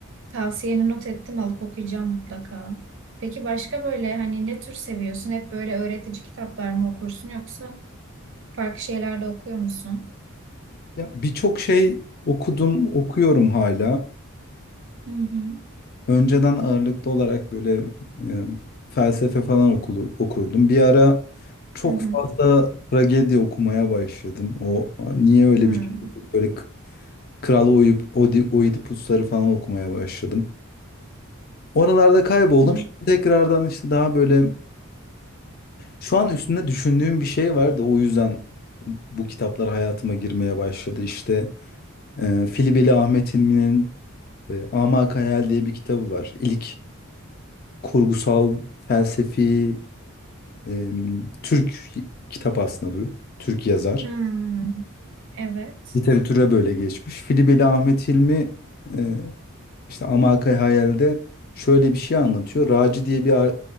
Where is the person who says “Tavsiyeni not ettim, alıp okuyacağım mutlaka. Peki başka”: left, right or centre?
Right